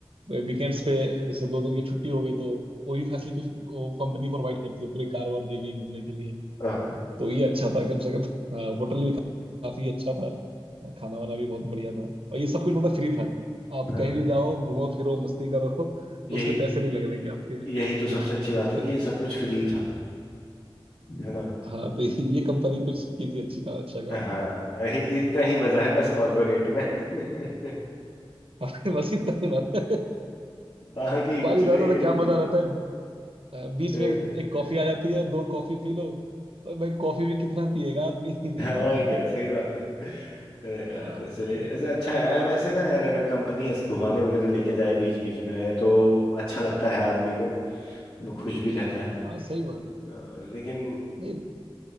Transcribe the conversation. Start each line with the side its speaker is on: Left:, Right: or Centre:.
Right: वीकेंड्स पे जैसे दो दिन की छुट्टी हो गई तो वो भी फैसिलिटी वो कंपनी प्रोवाइड करती है पूरी कार वार देगी घूमने के लिए
Left: हाँ
Right: तो ये अच्छा था कम से कम हाँ, होटल भी काफी अच्छा था खाना वाना भी बहुत बढ़िया था और ये सब कुछ मतलब फ्री था आप
Left: हाँ।
Right: कहीं भी जाओ घूमो फिरो मस्ती करो तो
Left: यही
Right: उसके पैसे नहीं लगने के आपके
Left: यही तो सबसे
Right: हाँ
Left: अच्छी बात है
Right: <laughs>
Left: कि ये सब कुछ फ्री था है ना
Right: हाँ तो ये कंपनी कुछ की थी अच्छी का अच्छा काम
Left: हाँ यही- इतना ही मजा है बस कॉर्पोरेट में <laughs>
Right: <laughs> हमारे बस इतना ही मजा
Left: बाकी
Right: भाई
Left: कुछ
Right: <laughs> ज्यादा
Left: नहीं
Right: ज्यादा क्या मजा रहता है अ, बीच
Left: है।
Right: में एक, एक कॉफी आ जाती है दो कॉफी पी लो और भाई कॉफी भी कितना पिएगा आदमी
Left: और क्या
Right: <laughs>
Left: सही बात है अरे यार
Right: हाँ
Left: चलिए ऐसा अच्छा है वैसे ना यार अगर कंपनी ऐसे घुमाने वगैरह लेके जाए बीच बीच में तो अच्छा लगता है आदमी को वो खुश भी रहता है
Right: हाँ सही बात है
Left: अ, लेकिन
Right: नहीं